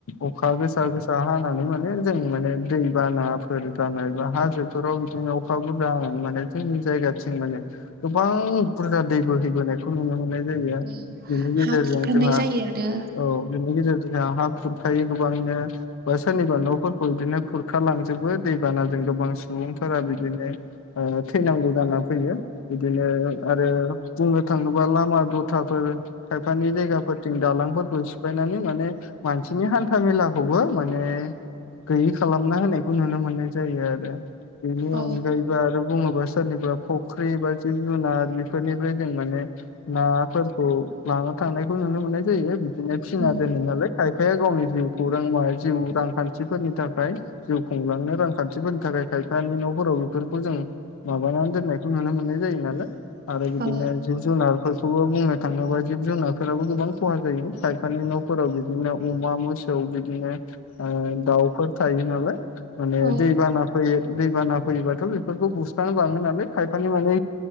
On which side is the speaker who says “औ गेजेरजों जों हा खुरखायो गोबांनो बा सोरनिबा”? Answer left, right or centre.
Left